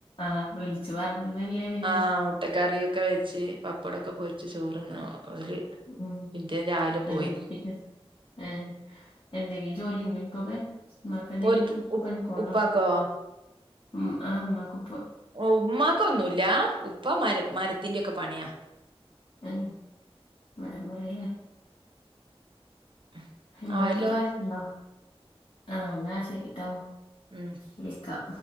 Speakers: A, on the left (about 55°); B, on the right (about 50°).
A: ആഹ് വിളിച്ചു പറഞ്ഞേ <unintelligible>
B: ആ മുട്ടക്കറിയൊക്കെ വെച്ച് പപ്പടൊക്കെ പൊരി ച്ച് ചോറന്ന ഓല്
A: ഉം
B: പിറ്റേ രാവിലെ
A: <unintelligible>
B: പോയി
A: ഏ എന്തെങ്കിലും ജോലിണ്ടോ നക്കൊക്കെ മ്മാക്ക് എന്തേലും
B: ഓര്ക്ക് ഉ
A: പണിക്കോണോ
B: ഉപ്പാക്കോ
A: ഉ അഹ് മ്മാക്ക്
B: ഓ ഉമ്മാക്കൊന്നുല്ല ഉപ്പ മര മരത്തിന്റൊക്കെ പണിയാ
A: ഏ മരംമുറിലാ
B: <inaudible>
A: ഉമ്മാക്ക്
B: ആയല്ലോ
A: പ്രായക്ക്ണ്ടോ ആഹ് ന്നാ ശരിട്ടോ
B: ഉം
A: വിളിക്കാം